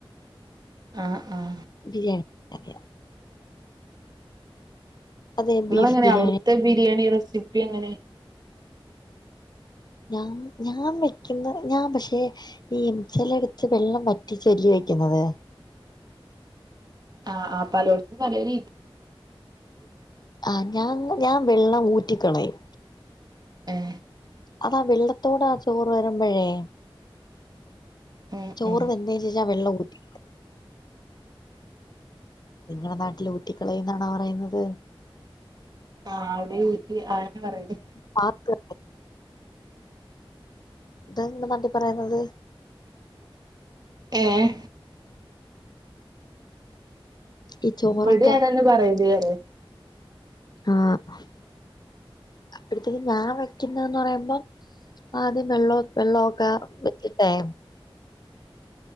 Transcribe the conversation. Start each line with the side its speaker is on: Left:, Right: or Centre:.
Right: ആഹ് ആഹ്
Left: ബിരിയാണി അറിയാം അതെ
Right: ഇങ്ങളെങ്ങനെ
Left: ബീഫ് ബിരിയാണി
Right: അവുട്ത്തെ ബിരിയാണി റെസിപ്പി എങ്ങനെ
Left: ഞങ്ങ ഞാൻ വെയ്ക്കുന്ന ഞാൻ പക്ഷേ ഈ ചെലട്ത്ത് വെള്ളം വറ്റിച്ചല്ലെ വെയ്ക്കുന്നത്
Right: ആഹ് ആഹ് പലോടത്തും പല രീതി
Left: ആഹ് ഞാൻ ഞാൻ വെള്ളം ഊറ്റികളയും
Right: ഏഹ്
Left: അതാ വെള്ളത്തോടാ ചോറ് വരമ്പഴേ
Right: ഉം
Left: ചോറ്
Right: ഉം
Left: വെന്തതിന് ശേഷം ആ വെള്ളം ഊറ്റി നിങ്ങട നാട്ടില് ഊറ്റിക്കളയും എന്നാണോ പറയുന്നത്
Right: ആടി ഊറ്റി ആഹ് എന്ന് പറയും
Left: പാക്ക് എന്ത നിങ്ങട നാട്ടിൽ പറയുന്നത്
Right: ഏഹ്
Left: ഈ ചോറൊക്ക
Right: ഇവിടെ അതന്നെ പറയല് പറയാ
Left: ആഹ് അപ്പഴത്തേനും ഞാൻ വെക്കുന്ന എന്ന് പറയുമ്പോ ആദ്യം വെള്ളോ വെള്ളം ഒക്ക വെച്ചിട്ടെ